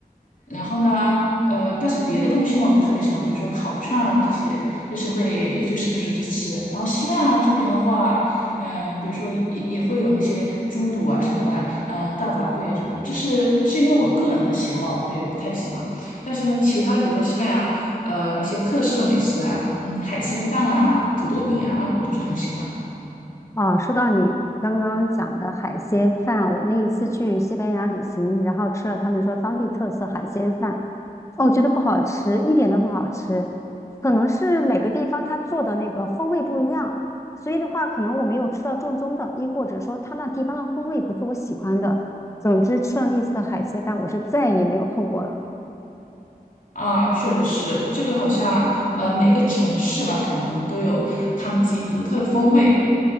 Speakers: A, on the left (about 60°); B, on the left (about 20°).
A: 然后呢，呃，但是别的东西呢，我就特别喜欢，比如说烤串啊这些，就是会就时不时去吃。然后西班牙这边的话，嗯、比如说也也会有那些猪肚啊什么的，嗯、大杂烩啊什么，这是是因为我个人的喜好，对，不太喜欢。但是呢，其他的比如说西班牙，呃，那些特色美食啊，嗯，海鲜饭啊、土豆饼啊，我都是很喜欢的。
B: 啊，说到你刚刚讲的海鲜饭，我那一次去西班牙旅行，然后吃了他们说当地特色海鲜饭，哦，我觉得不好吃，一点都不好吃，可能是每个地方它做的那个风味不一样，所以的话，可能我没有吃到正宗的，亦或者说他那地方的风味不是我喜欢的。总之，吃了那次的海鲜饭，我是再也没有碰过了。
A: 啊，确实是，这个好像呃每个城市吧，可能都有他们自己独特的风味。